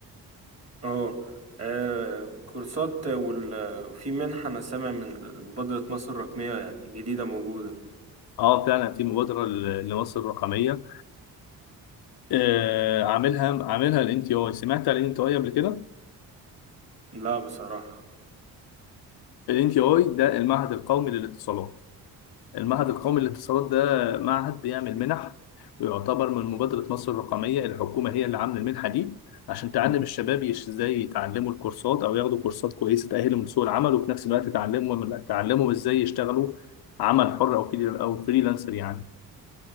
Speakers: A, on the right; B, on the left.
A: اه آه، كورسات وال... في منحة انا سامع من مبادرة مصر الرقمية جديدة موجودة
B: اه فعلا في مبادره ل- لمصر الرقميه آه عاملها عاملها الان تي اي سمعت عن الان تي اي قبل كده؟
A: لا بصراحة
B: الان تي اي ده المعهد القومي للاتصالات المعهد القومي للاتصالات ده معهد بيعمل منح ويعتبر من مبادرة مصر الرقمية الحكومة هي اللي عاملة المنحة دي عشان تعلم الشباب يش- ازاي يتعلموا الكورسات او ياخدوا كورسات كويسة تأهلهم لسوق العمل وفي نفس الوقت تعلمهم تعلمهم ازاي يشتغلوا عمل حر او فري- او فريلانسر يعني